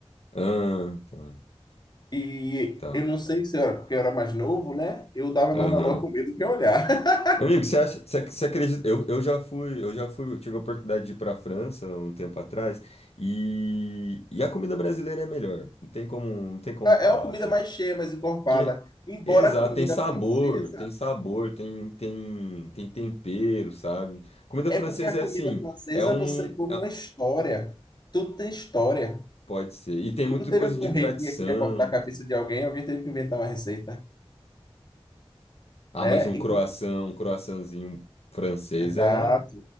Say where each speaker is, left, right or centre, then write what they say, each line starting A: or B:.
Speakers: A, on the left (about 75°); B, on the left (about 40°).
A: Ah, tá.
B: E
A: Tá.
B: eu não sei se eu era, porque eu era mais novo, né? Eu dava
A: Aham.
B: mais valor à comida do que a olhar. <laughs>
A: Amigo, você acha, você, você acredita? Eu, eu já fui, eu já fui, eu tive a oportunidade de ir para a França um tempo atrás e, e a comida brasileira é melhor. Não tem como, não tem como
B: É
A: falar
B: uma comida
A: assim.
B: mais cheia, mais encorpada.
A: Porque,
B: Embora
A: exato,
B: a comida
A: tem sabor,
B: francesa,
A: tem sabor, tem, tem, tem tempero, sabe? Comida
B: é
A: francesa
B: porque a comida
A: é assim,
B: francesa
A: é um,
B: você come
A: é-
B: uma história. Tudo tem história.
A: pode ser. E tem
B: Tudo
A: muita
B: teve
A: coisa
B: algum
A: de
B: rei
A: tradição.
B: que queria cortar a cabeça de alguém, alguém teve que inventar uma receita.
A: Ah,
B: né?
A: mas um
B: E-
A: croissant, um croissantzinho francês
B: exato.
A: é,